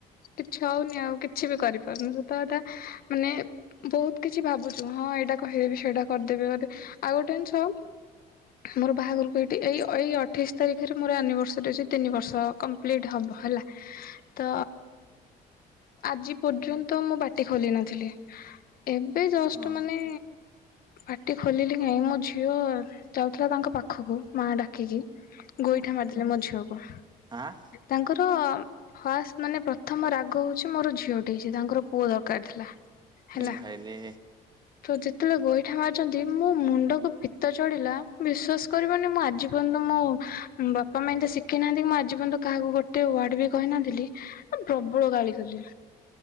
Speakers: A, on the left; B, on the right.
A: କିଛି ହଉନି ଆଉ କିଛି ବି କରିପାରୁନୁ ସତ କଥା ମାନେ ବହୁତ କିଛି ଭାବୁଛୁ ହଁ ଏଇଟା କହିଦେବି ସେଇଟା କରିଦେବି ଗୋଟେ ଆଉ ଗୋଟେ ଜିନିଷ ମୋର ବାହାଘରକୁ ଏଇଠି ଏଇ ଏଇ ଅଠେଇଶି ତାରିଖରେ ମୋର ଆନିଭର୍ସରୀ ତିନି ବର୍ଷ କମ୍ପ୍ଲିଟ୍ ହବ ହେଲା। ତ ଆଜି ପର୍ଯ୍ୟନ୍ତ ମୁଁ ପାଟି ଖୋଲି ନଥିଲି। ଏବେ ଜଷ୍ଟ
B: ହଁ
A: ମାନେ ପାଟି ଖୋଲିଲି କାଇଁ ମୋ ଝିଅ ଯାଉଥିଲା ତାଙ୍କ ପାଖକୁ ମା ଡାକିକି ଗୋଇଠା ମାରିଦେଲେ ମୋ ଝିଅକୁ।
B: ହଁ।
A: ତାଙ୍କର ଫାଷ୍ଟ ମାନେ ପ୍ରଥମ ରାଗ ହଉଛି ମୋର ଝିଅଟି ହେଇଛି ତାଙ୍କର ପୁଅ ଦରକାର ଥିଲା। ହେଲା
B: ଏ ଭାଇରେ
A: ତ ଯେତେବେଳେ ଗୋଇଠା ମାରିଛନ୍ତି ମୋ ମୁଣ୍ଡକୁ ପିତ୍ ଚଢିଲା ବିଶ୍ୱାସ କରିବନି ମୁଁ ଆଜି ପର୍ଯ୍ୟନ୍ତ ମୋ ବାପା ମା ତ ଶିଖି ନାହାନ୍ତି ମୁଁ ଆଜି ପର୍ଯ୍ୟନ୍ତ କାହାକୁ ଗୋଟେ ୱାର୍ଡ ବି କହିନଥିଲି ପ୍ରବଳ ଗାଳି କଲି।